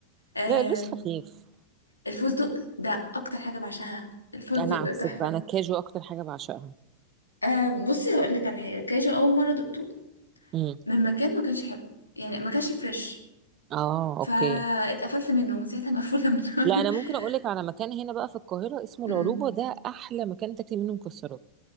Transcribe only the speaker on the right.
لا اللوز خفيف
انا
عكسك
بقى انا الكاجو اكتر حاجه بعشقها
امم
اه
اوكي
لا انا ممكن
اقول لك على مكان هنا بقى في القاهره اسمه
العروبه ده احلى مكان تاكلي منه مكسرات